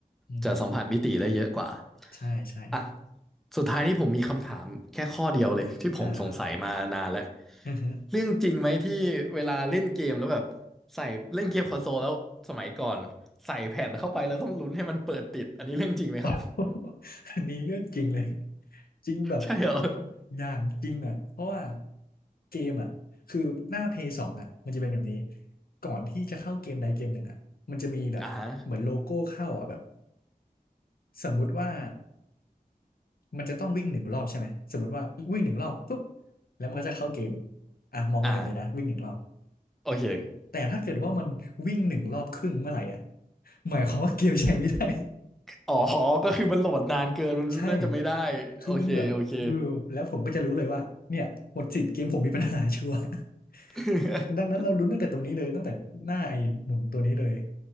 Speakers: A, on the left; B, in the centre.
A: อือฮึ
B: จะสัมผัสมิติได้เยอะกว่า
A: ใช่ใช่ครับ
B: อ่ะสุดท้ายนี้ผมมีคำถามแค่ข้อเดียวเลยที่ผมสงสัยมานานแล้ว
A: อ่าครับอือฮึ
B: เรื่องจริงไหมที่เวลาเล่นเกมแล้วแบบใส่เล่นเกมคอนโซลแล้วสมัยก่อนใส่แผ่นเข้าไปแล้วต้องลุ้นให้มันเปิดติดอันนี้เรื่องจริงไหมครับ
A: <laughs> อันนี้เรื่องจริงเลยจริงแบบ
B: <laughs> ใช่เหรอ
A: อย่างจริงอ่ะ เพราะว่าเกมอ่ะคือหน้า Play 2องอ่ะมันจะเป็นแบบนี้ก่อนที่จะเข้าเกมใดเกมหนึ่งอ่ะมันจะมีแบบเหมือนโลโก้เข้าอ่ะแบบ
B: อ่าฮะ
A: สมมุติว่า มันจะต้องวิ่งหนึ่งรอบใช่ไหมสมมติว่าวิ่งหนึ่งรอบปุ๊บแล้วมันก็จะเข้าเกมอ่ะมองไปนแบบนี้นะวิ่งหนึ่งรอบ
B: อ่าโอเค
A: แต่ถ้าเกิดว่ามันวิ่งหนึ่งรอบครึ่งเมื่อไหร่อ่ะหมายความว่าเกมใช้ไม่ได้
B: อ๋อก็คือมันโหลดนานเกินมันน่าจะไม่ได้
A: <laughs> ใช่คือมันแบบฟิวแล้วผมก็จะรู้เลยว่าเนี่ยหมดสิทธิ์เกมผมมีปัญหาชัวร์
B: โอเคโอเค <laughs>
A: <laughs> ดังนั้นเราลุ้นตั้งแต่ตรงนี้เลยตั้งแต่หน้าไอ้หมุนตัวนี้เลย